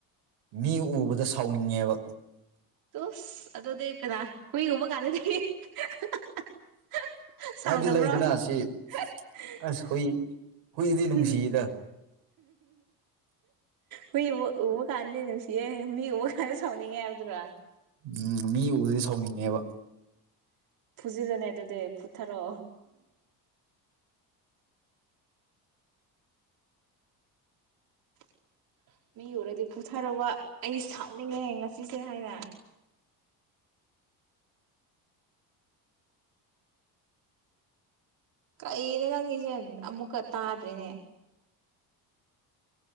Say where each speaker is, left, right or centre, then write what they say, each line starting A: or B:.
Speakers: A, on the right; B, on the right.
A: ꯃꯤ ꯎꯕꯗ ꯁꯥꯎꯅꯤꯡꯉꯦꯕ
B: ꯎꯨꯁ ꯑꯗꯨꯗꯤ ꯀꯅꯥ ꯍꯨꯏ ꯎꯕ ꯀꯥꯟꯗꯗꯤ <unintelligible>
A: ꯍꯥꯏꯕꯗꯤ
B: ꯁꯥꯎꯗꯕ꯭ꯔꯣ
A: ꯂꯩꯗꯅ
B: <unintelligible>
A: ꯁꯤ ꯑꯁ ꯍꯨꯏ ꯍꯨꯏꯗꯤ
B: <unintelligible>
A: ꯅꯨꯡꯁꯤꯗ
B: ꯍꯨꯏ ꯎꯕ ꯎꯕ ꯀꯥꯟꯗ ꯅꯨꯡꯁꯤꯌꯦ ꯃꯤ ꯎꯕ ꯀꯥꯟꯗ ꯁꯥꯎꯅꯤꯡꯉꯦ ꯍꯥꯏꯕꯗꯨꯔꯥ
A: ꯎꯝ ꯃꯤ ꯎꯕꯗꯗꯤ ꯁꯥꯎꯅꯤꯡꯉꯦꯕ
B: ꯐꯨꯖꯤꯜꯂꯨꯅꯦ ꯑꯗꯨꯗꯤ ꯐꯨꯊꯔꯣ <inaudible> ꯃꯤ ꯎꯔꯗꯤ ꯐꯨꯊꯔꯣꯕ ꯑꯩ ꯁꯥꯎꯅꯤꯡꯉꯦ ꯉꯁꯤꯁꯦ ꯍꯥꯏꯅ ꯀꯩꯅꯣ ꯅꯪꯒꯤꯁꯦ ꯑꯃꯨꯛꯀ ꯇꯥꯗ꯭ꯔꯦꯅꯦ